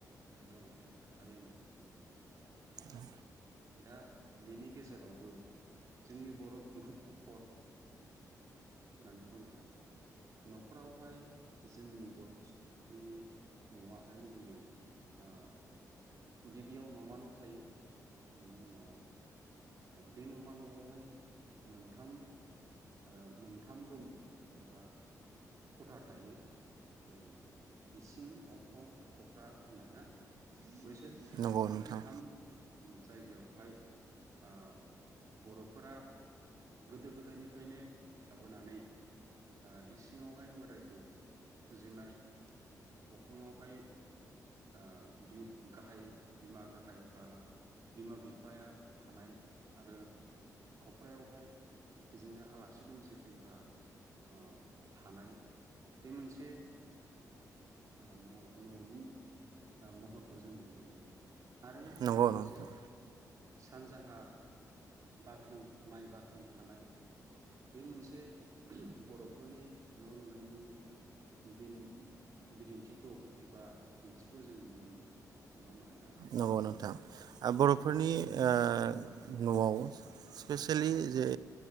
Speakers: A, on the right; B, on the right.
A: नंगौ नोंथां थारैनो
B: औ
A: दा बेनि गेजेरावबो जोंनि बर'फोर न'खर होननानै बुङोब्ला न'खरावहाय जोंनि बर'नि न'आहाय गुबैयै ओ गिबियाव न'मा न' थायो बेनि उनाव बे न'मा न'आवहाय मोनथाम ओ मोनथाम रुम एबा खथा थायो जेरै इसिं अखं खब्रा होननाय ना बैसोर
B: नंगौ नोंथां
A: मोनथाम उ जायगायावहाय ओ बर'फोरा गोदो गोदायनिफ्रायनो थाबोनानै ओ इ सिङावहाय मोदायखौ फुजिनाय अखङावहाय ओ गाहाय बिमा गाहाय बा बिमा बिफाया थानाय आरो खफ्रायावहाय बिदिनो आलासि दुमसि फैब्ला ओ थानाय बे मोनसे ओ न' न'नि महरखौ जों नुनो मोनो आरो
B: नंगौ
A: लोगोसे
B: नोंथां
A: सानजाहा बाख्रि माइ बाख्रि थानाय बे मोनसे बर' फोरनि न' लुनायनि बिन बिदिन्थिखौ एबा दिन्थिखौ जों नुनो मोनो नङा होनबा
B: नंगौ नोंथां बर'फोरनि ओ न'आव स्पेसियेलि जे